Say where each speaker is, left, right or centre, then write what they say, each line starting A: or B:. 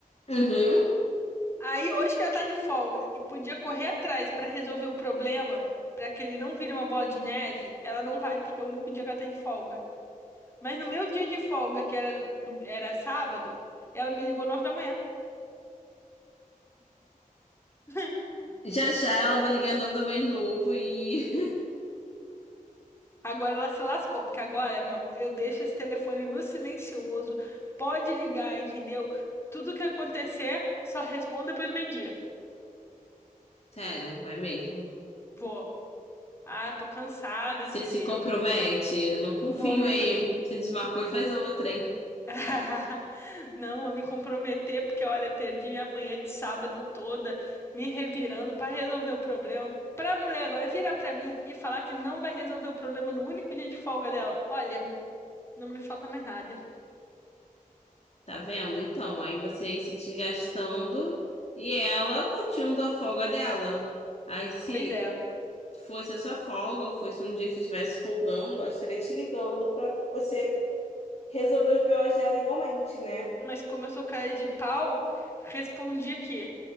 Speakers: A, on the left; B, on the left.
A: Uhum.
B: Aí hoje que ela tá de folga e podia correr atrás para resolver o problema, para que ele não vire uma bola de neve, ela não vai porque é o único dia que ela tem de folga. Mas no meu dia de folga, que era, do- era sábado, ela me ligou nove da manhã. <laughs>
A: Já já ela vai ligar nove da manhã de novo e.
B: Agora ela se lascou, porque agora, meu amor, eu deixo esse telefone no silencioso. Pode ligar, entendeu? Tudo que acontecer, só respondo depois do meio-dia.
A: <laughs> Sério, vai mesmo.
B: Vou. Ah, tô cansada,
A: Você
B: entendeu?
A: se compromete, não confio,
B: Vou
A: hein? Você diz uma coisa, faz outra, hein?
B: <laughs> Não, vou me comprometer porque, olha, perdi minha manhã de sábado toda me revirando pra resolver o problema. Pra mulher agora virar pra mim e falar que não vai resolver o problema no único dia de folga dela. Olha, não me falta mais nada.
A: Tá vendo? Então, aí você aí se desgastando e ela curtindo a folga dela. Aí se
B: Pois é,
A: fosse a sua folga, ou fosse um dia que você estivesse folgando, ela estaria te ligando pra você resolver os BOs dela igualmente, né?
B: mas como eu sou cara de pau, respondi aqui.